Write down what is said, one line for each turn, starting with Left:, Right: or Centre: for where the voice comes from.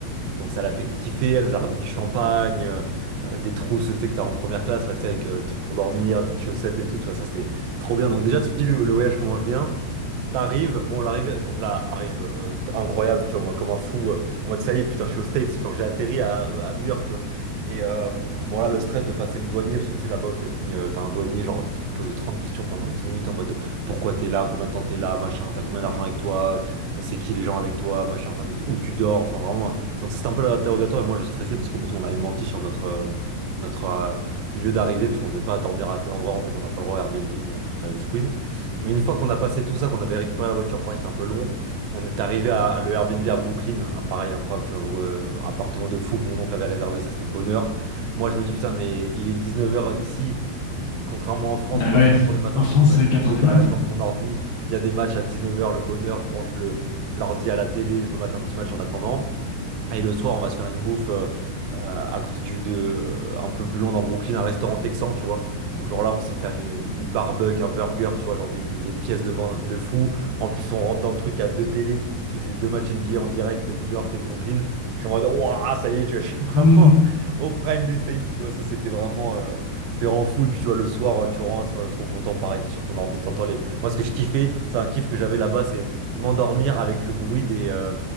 Right: Donc ça l'a fait kiffer, elle nous a ramené du champagne, euh, euh, des trousses, tu sais, que t'as en première classe, là, tu sais, avec euh, le truc pour dormir, des petites chaussettes et tout, tu vois, ça c'était trop bien. Donc déjà, tu te dis, le, le voyage commence bien. T'arrives, bon, l'arrivée, donc là, arrive euh, incroyable, tu vois, moi, comme un fou, euh, en mode ça y est, putain, je suis aux States, genre j'ai atterri à, à New York, tu vois. Et euh, bon, là, le stress de passer le douanier, parce que tu sais, là-bas aux États-Unis, euh, t'as un douanier, genre, qui te pose 30 questions pendant 10 minutes en mode pourquoi t'es là, combien de temps t'es là, machin, t'as combien d'argent avec toi, euh, c'est qui les gens avec toi, machin, enfin, où tu dors, enfin, vraiment. Donc, ça, c'était un peu l'interrogatoire, et moi, je stressais parce qu'en plus, on avait menti sur notre. euh, notre euh, lieu d'arrivée parce qu'on ne devait pas dormir à tel endroit en fait on n'a pas le droit à Airbnb mais on, on avait squeeze mais une fois qu'on a passé tout ça, qu'on avait récupéré la voiture, pareil, c'était un peu long. On est arrivé à le Airbnb à Brooklyn, hein, pareil, incroyable, tu vois, gros, euh, un appartement de fou que mon oncle avait réservé, ça c'était le bonheur. Moi je me dis putain, mais il est 19h ici, contrairement en France
Left: Bah
Right: où
Left: ouais.
Right: à 4h du matin
Left: En France,
Right: j'ai des matchs
Left: c'est
Right: NBA,
Left: quatre heures du
Right: bah
Left: mat.
Right: là je
Left: ouais.
Right: lance mon ordi, il y a des matchs à 19h, le bonheur, je branche le l'ordi à la télé, je me mate un petit match en attendant. Et le soir, on va se faire une bouffe euh, euh, à côté du de euh, un peu plus loin dans Brooklyn, un restaurant texan, tu vois. Où genre là, on s'est fait une, une barbecue, un burger, tu vois, genre des, des pièces de vin de fou. En plus, on rentre dans le truc, il y a deux télés qui diffusent les deux matchs NBA en direct de New York et de Brooklyn. Je suis en mode, waouh, ça y est, tu vois, je suis <laughs> vraiment
Left: Hmm.
Right: au prime des States, tu vois. Ça, c'était vraiment, euh, c'était vraiment fou. Et puis, tu vois, le soir, euh, tu rentres, euh, trop content, pareil, t'es sur ton ordi, t'entends les. Moi, ce que je kiffais, c'est un kiff que j'avais là-bas, c'est m'endormir avec le bruit des. euh,